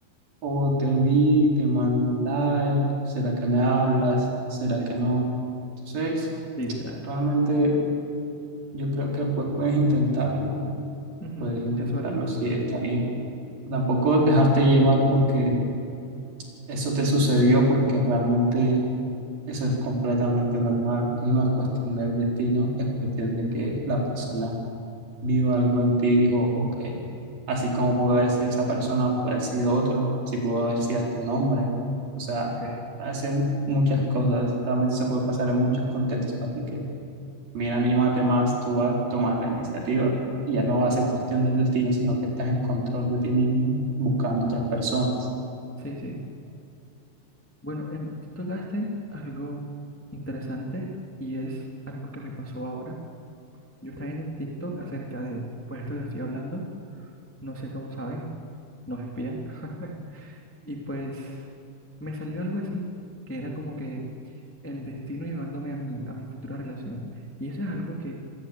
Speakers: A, on the right; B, in the centre.
A: oh, te vi, te mando un like, ¿será que me hablas? ¿Será
B: sí,
A: que no?
B: sí.
A: Entonces,
B: Literal.
A: realmente yo creo que pues puedes intentarlo
B: Ujú,
A: Puedes intentarlo
B: Eso haré.
A: si está bien. Tampoco dejarte llevar porque eso te sucedió, porque realmente eso es completamente normal. No es cuestión del destino, es cuestión de que la persona vio algo en ti y dijo, ok, así como pudo haber sido esa persona, pudo haber sido otro, si pudo haber sido hasta un hombre. O sea,
B: Ok.
A: hace muchas cosas, realmente se puede pasar en muchos contextos, así que Mira, anímate más tú a tomar la iniciativa. Y ya no va a ser cuestión del destino, sino que estás en control de ti mismo buscando otras personas.
B: Sí, sí. Bueno, em, tú tocaste algo interesante y es algo que me pasó ahora. Yo estaba viendo un TikTok acerca de, pues esto que estoy hablando, no sé cómo saben, nos espían. <laughs> Y pues me salió algo así, que era como que el destino llevándome a mi, a mi futura relación. Y eso es algo que